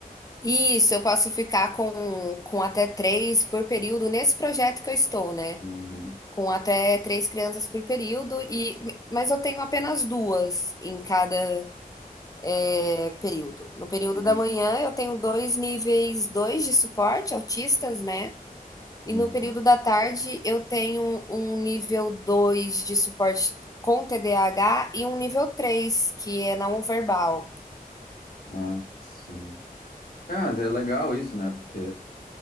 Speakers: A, on the left (about 25°); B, on the left (about 80°).
A: Isso, eu posso ficar com, com até três por período nesse projeto que eu estou, né?
B: Uhum,
A: Com até três crianças por período, e mas eu tenho apenas duas em cada é, período. No período
B: sim.
A: da manhã, eu tenho dois níveis dois de suporte, autistas, né? E
B: Uhum.
A: no período da tarde, eu tenho um nível 2 de suporte com TDAH e um nível 3 que é não verbal.
B: Ah, sim. Ah, mas é legal isso, né? Porque